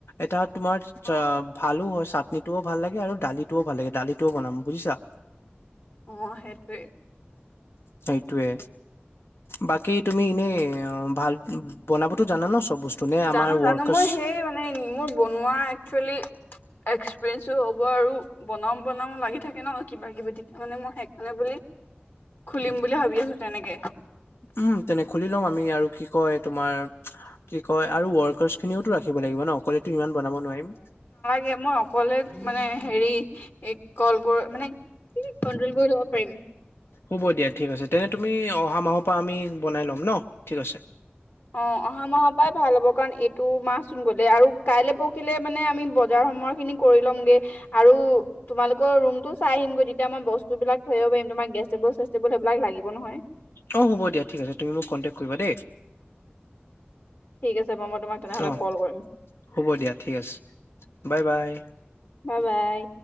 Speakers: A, on the left; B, on the left.
A: এটা তোমাৰ
B: অ
A: ভালো হয় চাটনিটোও ভাল লাগে আৰু দালিটোও ভাল লাগে। দালিটোও বনাম, বুজিছা?
B: অ সেইটোৱে।
A: সেইটোৱে, বাকী তুমি ইনে অ ভাল বনাবতো জানা ন চব বস্তু? নে আমাৰ
B: জানো
A: ৱৰ্কৰ্চ
B: জানো মই সেই মানে মোৰ বনোৱা একচুৱেলি এক্সপিৰিয়েন্ঞ্চো হ'ব আৰু বনাম বনাম লাগি থাকে ন কিবা কিবি। তেতিয়া মানে মই সেইকাণে বুলি খুলিম বুলি ভাবি আছো তেনেকে।
A: উম, তেনে খুলি লম আমি আৰু কি কয় তোমাৰ কি কয় আৰু ৱৰ্কাৰছ খিনিওতো ৰাখিব লাগিব ন। অকলেতো ইমান বনাব নোৱাৰিম।
B: তে মই অকলে মানে হেৰি কল কৰ মানে কন্ট্ৰল কৰি লব পাৰিম।
A: হ'ব দিয়া ঠিক আছে। তেনে তুমি অহা মাহ পা আমি বনাই ল'ম ন ঠিক আছে।
B: অ' অহা মাহ পাই ভাল হ'ব কাৰণ এইটো মাহ চোন গলে আৰু কাইলে পৰখিলে মানে আমি বজাৰ সময় খিনিক কৰিলংগে আৰু তোমালোক ৰুমটোও চাই আহিম গৈ। তেতিয়া মই বস্তুবিলাক থৈ আহিব পাৰিম। তোমাৰ গেষ্ট টেবুল চেচটেবুল সেইবিলাক লাগিব নহয়।
A: অঁ হ'ব দিয়া ঠিক আছে। তুমি মোক কণ্টেক কৰিবা দেই।
B: ঠিক আছে বাৰু মই তোমাক তেনেহ'লে
A: অ'
B: কল কৰিম
A: হ'ব দিয়া ঠিক আছে। Bye bye.
B: বা বাই।